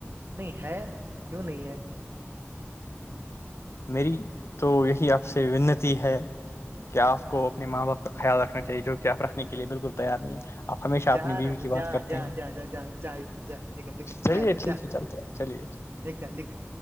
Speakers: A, on the right; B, on the left.
A: نہیں ہے کیوں نہیں ہے
B: میری تو یہی آپ سے ونتی ہے کیا آپ کو اپنے ماں باپ کا خیال رکھنا چاہیے جو کہ آپ رکھنے کے لیے بالکل تیار نہیں ہے آپ ہمیشہ
A: جا
B: اپنی بیوی
A: ربھی
B: کی بات
A: جا
B: کرتے
A: جا
B: ہیں
A: جا جا جا چائے پ جا نک نکل
B: چلیے
A: چائے پ
B: ٹھیک
A: جا
B: ہے چلتے ہیں چلیے چلیے
A: لکھل لکھل